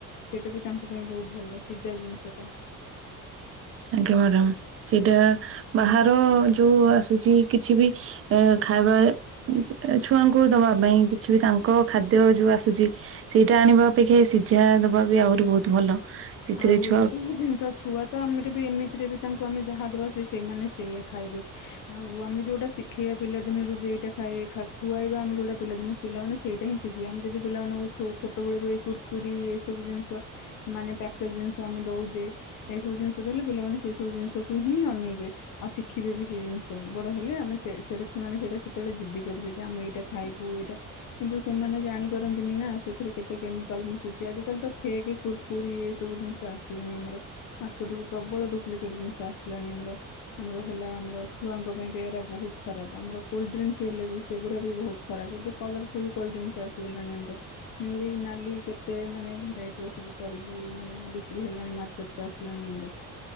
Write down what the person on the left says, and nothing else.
ସେଇଟା ବି ତାଙ୍କ ପାଇଁ ବହୁତ ଭଲ ସିଜା ଜିନିଷଟା।
ଆଉ
ଏ ସବୁ ଜିନିଷ ଛୁଆ ତ ଆମର ବି ଏମିତିରେ ବି ତାଙ୍କୁ ଆମେ ଯାହା ଦେବା ସେ ସେଇମାନେ ସେୟା ଖାଇବେ। ଆଉ ଆମେ ଯୋଉଟା ଶିଖେଇବା ପିଲାଦିନରୁ ଯେ ଏଇଟା ଖାଇ ଖା ଖୁଆଇବା ଆମେ ଯୋଉଟା ପିଲାଦିନେ ପିଲାମାନେ ସେଇଟା ହିଁ ଶିଖିବେ। ଆମେ ଯଦି ପିଲାମାନଙ୍କୁଛ ଛୋଟବେଳୁ ଏଇ କୁର୍କୁରିୀ ଏସବୁ ଜିନିଷ ମାନେ ପ୍ୟାକେଟ ଜିନିଷ ଆମେ ଦଉଛେ ଏଇସବୁ ଜିନିଷ ଦେଲେ ପିଲାମାନେ ସେଇ ସବୁ ଜିନିଷକୁ ହିଁ ଅନେଇବେ। ଆଉ ଶିଖିବେ ବି ସେ ଜିନିଷ ବଡ଼ ହେଲେ ଆମେ ସେଇଟା ସେମାନେ ସେଇଟା ସେତେବେଳେ ଜିଦ୍ଦି କରିବେ ଯେ ଆମେ ଏଇଟା ଖାଇପୁ ଏଇଟା କିନ୍ତୁ ସେମାନେ ଜାଣିପାରନ୍ତିନି ନା ସେଥିରେ କେତେ କେମିକାଲ ମିଶୁଛି ଆଜିକାଲି ତ ଫେକ୍ କୁର୍କୁରି ସବୁ ଜିନିଷ ଆସିଲାଣି ଆମର। ମାର୍କେଟକୁ ପ୍ରବଳ ଡୁପ୍ଲିକେଟ ଜିନିଷ ଆସିଲାଣି ଆମର। ଆମର ହେଲା ଆମର ଛୁଆଙ୍କ ପାଇଁକା ଏରା ବହୁତ ଖରାପ ଆମର। କୋଲ୍ଡ୍ରିଙ୍କସ୍ ହେଲେ ବି ସେଗୁଡା ବି ବହୁତ ଖରାପ କଲର ଫୁଲ କୋଲଡ୍ରିଙ୍କ ସେ ଆସିଗଲାଣି ଆମର। ନେଳି, ନାଲି କେତେ ମାନେ ଭେରାଇଟିର ସବୁ କରିକି ମାନେ ବିକ୍ରି ହେଲାଣି ମାର୍କେଟ କୁ ଆସିଲାଣି ଆମର।